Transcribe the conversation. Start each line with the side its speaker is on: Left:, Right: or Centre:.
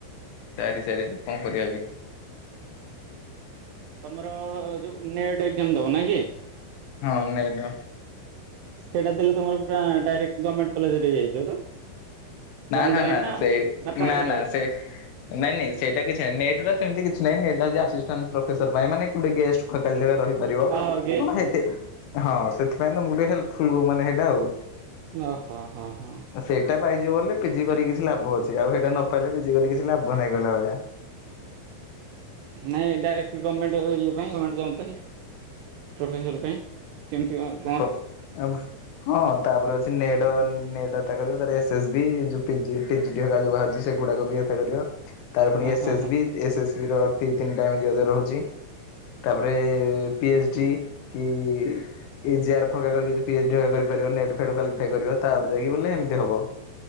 Left: <unintelligible>
Right: ତମର ଯୋଉ ନେଟ୍ ଏକ୍ସାମ୍ ଦବ ନା କି?
Left: ହଁ ନେଟ୍।
Right: ସେଇଟା ଦେଲେ ତମ ପୁରା ଡାରେକ୍ଟ ଗମେଣ୍ଟ କଲେଜ୍ ରେ ହେଇଯାଇ ଥିବ ତ? ଗଭର୍ଣ୍ଣମେଣ୍ଟ
Left: ନା ନା
Right: ପାଇଁ
Left: ନା ସେ
Right: ପ୍ରାଇଭେଟ
Left: ନା ନା
Right: ଏଗୁଡା?
Left: ସେ ନାଇଁ ନାଇଁ ସେଇଟା କିଛି ନାଇ ନେଟ୍ ଟା ସେମିତି କିଛି ନାଇଁ ନେଟ୍ ହୋଉଛି ଆସିଷ୍ଟାଣ୍ଟ ପ୍ରଫେସର ପାଇଁ ମାନେ କୋଉଠି ଗେଷ୍ଟ୍ ହଁ କାଲି ଟା ପା ରହିପାରିବ
Right: ହଁ ଗେଷ୍ଟ
Left: କି କଣ
Right: ପାଇଁ।
Left: ହେତେ ହଁ ସେଥିପାଇଁ ତ ମୁଁ ଟିକେ ହେଲ୍ପ ଫୁଲ୍କ ମାନେ ହେଇଟା ଆଉ।
Right: ଅ ହୋ ହୋ ହ।
Left: ସେଇଟା ପାଇଯିବ ବୋଲି ପିଜି କରିକି କିଛି ଲାଭ ଅଛି। ଆଉ ହେଇଟା ନ ପାଇଲେ ପିଜି କରିକି କିଛି ଲାଭ ନାହିଁ କହିଲା ଭଳିଆ।
Right: ନାଇଁ ଡାଇରେକ୍ଟ ବି ଗମେଣ୍ଟ ଇଏ ପାଇଁ ଗମେଣ୍ଟ ଜବ୍ ପାଇଁ। ପ୍ରଫେସର ପାଇଁ କେମିତି କଅଁ?
Left: କହ ଆଉ। ହଁ ତାପରେ ଅଛି ନେଟ ନେଟ୍ ଡାଟା କରୁ ତାର ଏସ ଏସ୍ ବି ଯୋଉ ପି ପି ଜି ଡି ହେରିକା ଯୋଉ ବାହାରୁଛି। ସେଗୁଡ଼ାକଭି ଏଟାକରିବ। ତାର ଫୁଣି
Right: ହଁ
Left: ଏସ୍
Right: ହଁ
Left: ଏସ୍
Right: ହଁ
Left: ବି ଏସ୍ ଏସ୍ ବି ର ଦି ତିନିଟା ଏମିତି ଅଧାରେ ରହୁଛି। ତାପରେ ପି ଏଚ୍ ଡି କି ଏ ଜେ ଆର୍ ଫାଙ୍କା କରିକି ଯଦି ଏସ ଡି ଆର୍ କରିପାରିବ ନେଟ୍ ଫେଟ୍ କ୍ୱାଲିଫାଏ କରିବ ତାପରେ ଯାଇକି ବୋଲେ ଏମିତି ହବ।